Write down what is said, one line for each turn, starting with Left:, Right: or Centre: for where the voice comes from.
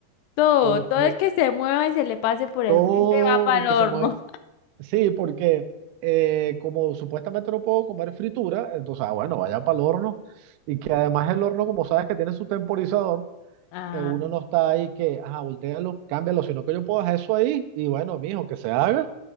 Left: todo,
Right: Porque,
Left: todo el que se mueva y se le pase por el
Right: o
Left: frente va para
Right: el
Left: el
Right: que
Left: horno.
Right: se mueve. Sí, porque eh, como supuestamente no puedo comer fritura, entonces, ah, bueno, vaya para el horno. Y que además el horno, como sabes que tiene su temporizador,
Left: Ah.
Right: eh, uno no está ahí que, ah, voltéalo, cámbialo, sino que yo puedo hacer eso ahí y bueno, mijo, que se haga.